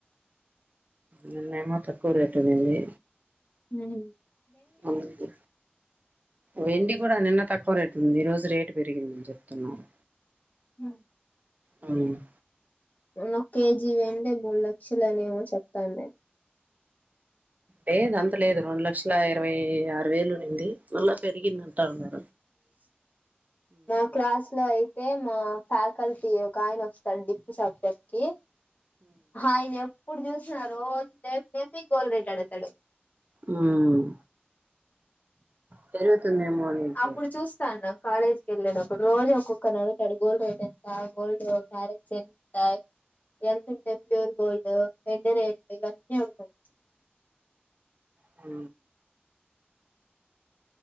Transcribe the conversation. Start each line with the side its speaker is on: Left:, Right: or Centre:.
Right: నిన్నేమో తక్కువ రేటు ఉనింది
Left: మ్
Right: అవునండి వెండి కూడా నిన్న తక్కువ రేటు ఉంది. ఈ రోజు రేటు పెరిగిందని చెప్తున్నారు.
Left: హ
Right: అవును
Left: నో ఒక కేజీవండి మూడు లక్షలు అని ఏమో చెప్తాండి
Right: లేదు అంత లేదు రెండు లక్షల ఇరవై ఆరు వేలునుంది మళ్ళా పెరిగింది అంటారు మ
Left: మా క్లాస్ లో అయి సేము ఫ్యాకల్టీ ఒక ఆయన వస్తాడు డిఫ్రీ సబ్జెక్ట్ కి హయ్ ఎప్పుడు చూసిన రోజు నేఫ లేేఫి గోల్డ్ రేటు అడుగుతాడు.
Right: ఉమ్ పెరుగుతుందేమో రేటు
Left: అప్పుడు చూస్తాన్న కాలేజ్ కి వెళ్లేటప్పుడు రోజు ఒక్కొక్కరుని అడగుతాడు గోల్డ్ రేట్ ఎంత, గోల్డ్ క్యారెట్స్ ఎంతా? ఎంత ఉంటే ప్యూర్ గోల్డ్, వెండి రేట్ ఇవన్నీ అడుగుతాడు.
Right: అ